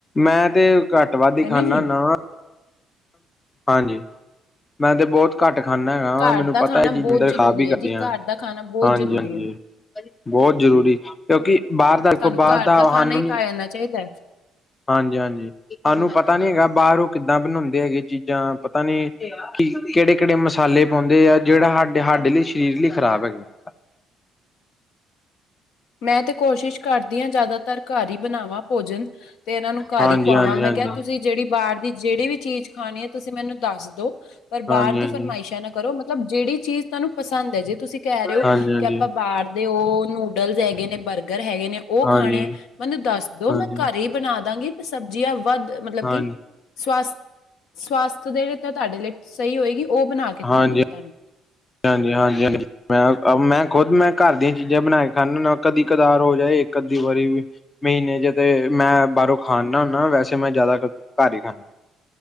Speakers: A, on the left; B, on the left.
A: ਮੈਂ ਤੇ ਘੱਟ ਵੱਧ ਹੀ
B: ਹੈ
A: ਖਾਂਦਾ
B: ਨਾ ਜੀ
A: ਹੁੰਨਾ ਵ ਹਾਂਜੀ ਮੈਂ ਤੇ ਬਹੁਤ ਘੱਟ ਖਾਨਾ ਹੈਗਾ ਵਾਂ
B: ਘਰ
A: ਮੈਨੂੰ
B: ਦਾ
A: ਪਤਾ
B: ਖਾਣਾ
A: ਇਹ
B: ਬਹੁਤ
A: ਚੀਜ਼ਾਂ
B: ਜ਼ਰੂਰੀ
A: ਵੀ ਕਦੀਆਂ
B: ਹੈ ਜੀ ਘਰ ਦਾ ਖਾਣਾ ਬਹੁਤ
A: ਹਾਂਜੀ
B: ਜ਼ਰੂਰੀ
A: ਹਾਂਜੀ
B: ਹੈ
A: ਬਹੁਤ ਜ਼ਰੂਰੀ ਕਿਉਂਕਿ ਬਾਹਰ ਦਾ ਦੇਖੋ
B: ਸਾਨੂੰ
A: ਬਾਹਰ
B: ਘਰ
A: ਦਾ
B: ਖਾਣਾ
A: ਸਾਨੂੰ
B: ਹੀ
A: ਨੀ
B: ਖਾ ਜਾਣਾ ਚਾਹੀਦਾ ਹੈ
A: ਹਾਂਜੀ ਹਾਂਜੀ ਸਾਨੂੰ ਪਤਾ ਨੀ ਹੈਗਾ ਬਾਹਰ ਉਹ ਕਿੱਦਾਂ ਬਣਾਉਂਦੇ ਹੈਗੇ ਚੀਜ਼ਾਂ ਪਤਾ ਨੀ ਕਿ ਕਿਹੜੇ ਕਿਹੜੇ ਮਸਾਲੇ ਪਾਉਂਦੇ ਆ ਜਿਹੜਾ ਸਾਡੇ ਸਾਡੇ ਲਈ ਸਰੀਰ ਲਈ ਖ਼ਰਾਬ ਹੈਗੇ <inaudible>
B: ਮੈਂ ਤੇ ਕੋਸ਼ਿਸ਼ ਕਰਦੀ ਹਾਂ ਜ਼ਿਆਦਾਤਰ ਘਰ ਹੀ ਬਣਾਵਾਂ ਭੋਜਨ ਤੇ ਇਹਨਾਂ ਨੂੰ ਘਰ
A: ਹਾਂਜੀ
B: ਹੀ ਖੁਆਵਾਂ
A: ਹਾਂਜੀ
B: ਮੈਂ
A: ਹਾਂਜੀ
B: ਕਿਹਾ ਤੁਸੀਂ ਜਿਹੜੀ ਬਾਹਰ ਦੀ ਜਿਹੜੀ ਵੀ ਚੀਜ਼ ਖਾਣੀ ਹੈ ਤੁਸੀਂ ਮੈਨੂੰ ਦੱਸ ਦੋ ਪਰ
A: ਹਾਂਜੀ
B: ਬਾਹਰ
A: ਹਾਂਜੀ
B: ਦੀ ਫਰਮਾਇਸ਼ਾਂ ਨਾ ਕਰੋ ਮਤਲਬ ਜਿਹੜੀ ਚੀਜ਼ ਤੁਹਾਨੂੰ ਪਸੰਦ ਹੈ ਜੇ ਤੁਸੀਂ ਕਹਿ ਰਹੇ ਹੋ
A: ਹਾਂਜੀ ਹਾਂਜੀ
B: ਕਿ ਆਪਾਂ ਬਾਹਰਦੇ ਹੋ ਨੁ ਨੂਡਲ ਹੈਗੇ ਨੇ ਬਰਗਰ ਹੈਗੇ ਨੇ ਉਹ
A: ਹਾਂਜੀ
B: ਖਾਣੇ ਆ ਮੈਨੂੰ ਦੱਸ ਦੋ
A: ਹਾਂਜੀ
B: ਮੈਂ ਘਰ ਹੀ ਬਣਾ ਦਵਾਂਗੀ ਤੇ ਸਬਜ਼ੀਆਂ ਵੱਧ ਮਤਲਬ
A: ਹਾਂਜੀ
B: ਕਿ ਸਵਾਸ ਸਵਾਸਥ ਦੇ ਲਈ ਤਾਂ ਤੁਹਾਡੇ ਲਈ ਸਹੀ ਹੋਏਗੀ ਉਹ ਬਣਾ ਕੇ ਖਵਾਵਾਂਗੇ
A: ਹਾਂਜੀ-
B: ਤੁਹਾਨੂੰ
A: ਹਾਂਜੀ -ਹਾਂਜੀ -ਹਾਂਜੀ ਮੈਂ ਮੈਂ ਖੁਦ ਮੈਂ ਘਰ ਦੀਆਂ ਚੀਜ਼ਾਂ ਬਣਾ ਕੇ ਖਾਦਾ ਹੁੰਨਾ ਕਦੀ ਕਦਾਰ ਹੋੋ ਜਾਏ ਇੱਕ ਅੱਧੀ ਵਾਰੀ ਮਹੀਨੇ ਚ ਤੇ ਮੈਂ ਬਾਹਰੋਂ ਖਾਣ ਨਾ ਹੁੰਦਾ ਵੈਸੇ ਮੈਂ ਜ਼ਿਆਦਾ ਘਰ ਹੀ ਖਾਂਦਾ